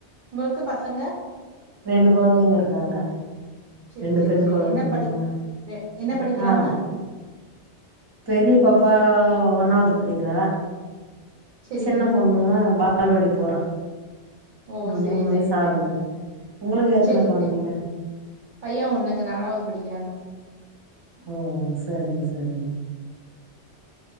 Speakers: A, on the right (about 50°); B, on the right (about 25°).
A: உங்களுக்கு பசங்க
B: ரெண்டு கொழந்தைங்க இருக்காங்க
A: செரி
B: ரெண்டு
A: செரி
B: பெண்
A: செரி
B: கொழந்த
A: என்ன படி ரெ-
B: <inaudible>
A: என்ன படிக்கிறாங்க
B: ஆ பெரிய பாப்பா ஒன்னாவ்து படிக்கிறா
A: செரிங்க
B: சின்ன பொண் ணு பால்வாடி போறா
A: ஓ
B: இன்னு
A: செரி
B: மூணு வயசு
A: செரி செரி
B: ஆகல உங்களுக்கு எத்தன
A: செரி
B: கொழந்தைங்க
A: செரி பைய ஒன்னுங்க நாலாவது படிக்கிறாங்க
B: ஓ சரிங்க சரிங்க